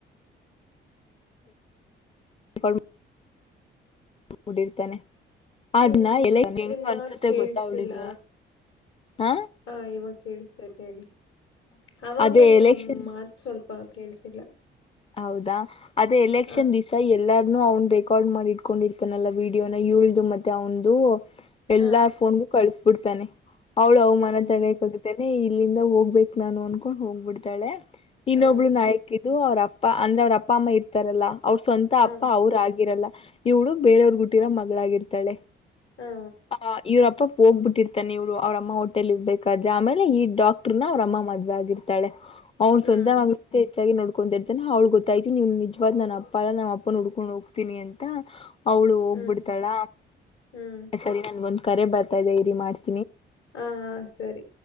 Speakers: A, on the left; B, on the left.
A: ಬ <unintelligible> ಡಿರ್ತಾನೆ ಆದ್ನ
B: ನಿಮ್
A: ಎಲ್ಲ ಹೆಂಗು
B: ನಿಮ್
A: ಅನ್ಸುತ್ತೆ
B: ಮಾತ್ ಕೇಳಿಸ್ತಿಲ್ಲ.
A: ಗೊತ್ತಾ ಅವಳಿಗೆ ಹ
B: ಹಾ ಇವಾಗ ಕಳ್ಸತೇತ್ ಅವಾಗ್ಲೇ
A: ಅದೇ
B: ನಿಮ್
A: ಎಲೆಕ್ಷನ್
B: ಮಾತ್ ಸ್ವಲ್ಪ ಪ ಕೇಳ್ಸಿಲ್ಲ
A: ಹೌದಾ ಅದು ಎಲೆಕ್ಷನ್
B: ಹ.
A: ದಿವಸ ಎಲ್ಲಾರ ಅವ್ನ್ ಬೆಕಾರ್ಡ್ ಮಾಡಿ ಇಟ್ಕೊಂಡಿರ್ತಾನಲ್ಲ ವೀಡಿಯೋನ ಇಳ್ದು ಮತ್ತೆ ಅವಂದು ಎಲ್ಲ
B: ಹಾ.
A: ಫೋನ್ಗು ಕಳಸ್ ಬಿಡ್ತಾನೆ ಅವ್ಳು ಅವಮಾನ
B: ಅಯ್ಯೋ.
A: ತಡೆಯಕ್ಗುತ್ತೇ ಇಲ್ಲಿಂದ ಹೋಗ್ಬೇಕಕ್ ನಾನು ಅನ್ಕೊಂಡ್ ಹೋಗ್ಬಿಡ್ತಾಳೆ ಇನ್ನೊಬ್ಳು
B: ಹಾ.
A: ನಾಯಕಿದು ಅವ್ರ ಅಪ್ಪ ಅಂದ್ರೆ ಅವ್ರ ಅಪ್ಪ ಅಮ್ಮ ಇರ್ತಾರಲ್ಲಾ ಅವ್ರ ಸ್ವಂತ
B: ಹಾ.
A: ಅಪ್ಪ ಅವರು ಆಗಿರಲ್ಲ ಇವಳು ಬೇರೆಯವ್ರಗ ಹುಟ್ಟಿರೋ ಮಗಳಾಗಿರ್ತಾಳೆ
B: ಹಾ.
A: ಆ ಇವ್ರ ಪ್ಪಾ ಹೋಗ್ಬಿಟ್ಟಿರ್ತಾನೆ ಇವ್ಳು ಅವ್ರ ಅಮ್ಮ ಹೊಟ್ಟೆಲ ಇರ್ಬೇಕಾದ್ರೆ ಆಮೇಲೆ ಈ ಡಾಕ್ಟ್ರನ ಅವ್ರ ಅಮ್ಮ ಮದ್ವೆ ಆಗರ್ತಾಳೆ. ಅವ್ನ
B: ಹ್ಮ್.
A: ಸ್ವಂತ ಮಗ ಆತಿ ಹೆಚ್ಚಾಗಿ ನೋಡ್ಕೊಂಡಿರ ನೇ ಅವ್ಳಗ ಗೊತ್ತಾಯ್ತಿ ನೀವು ನಿಜವಾದ ನನ್ನ ಅಪ್ಪ ಅಲ್ಲಾ ನಮ್ಮ ಅಪ್ಪನ ಹುಡ್ಕೊಂಡು ಹೋಗ್ತೀನಿ ಅಂತ ಅವಳು ಹೋಗ್ಬಿಡ್ತಾಳ
B: ಹ್ಮ್. ಹ್ಮ್.
A: ಸರಿ ನನ್ಗೊಂದ ಕರೆ ಬರ್ತಾಇದೆ ಇರಿ ಮಾಡ್ತ
B: ಹ ಹ ಸರಿ.